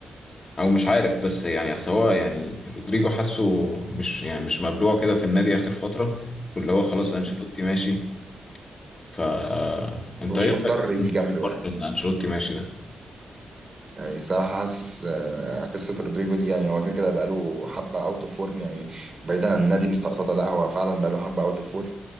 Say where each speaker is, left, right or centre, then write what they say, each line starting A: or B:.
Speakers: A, on the left; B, on the right.
A: او مش عارف بس يعني اصل هو يعني رودريجو حاسه مش يعني مش مبلوع كده في النادي اخر فتره واللي هو خلاص انشيلوتي ماشي ف انت
B: مش
A: ايه
B: مضطر
A: رايك اصلا
B: يجامله
A: في حوار
B: يعني
A: ان انشيلوتي ماشي ده
B: يعني الصراحة حاسس آه، قصة رودريجو دي يعني هو كده كده بقاله حبة اوت اوف فورم يعني بعيدا عن النادي مستقصدة لا هو فعلا بقاله حبة اوت اوف فورم